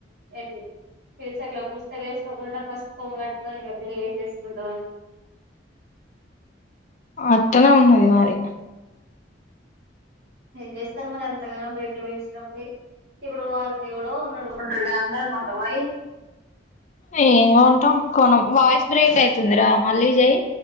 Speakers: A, on the right (about 60°); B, on the left (about 40°).
A: <unintelligible> ఫ్యూచర్లా పుస్తలు ఏసుకోకుండా పసుపు కొమ్ము కట్టుకొని ఇగ పెళ్ళి చేసేసుకుంటమని.
B: అట్టనే ఉన్నది మరి
A: ఏం చేస్తరు మరి అంతగనం రేట్లు పెంచినప్పుడు ఇగ ఇప్పుడు వాళ్ళకి ఎవడో కొన్నడు కొంటడు గానీ అందరం కొంటమాయి
B: ఏం కొంటం కొనం వాయిస్ బ్రేక్ అయితుందిరా మళ్ళీ చెయ్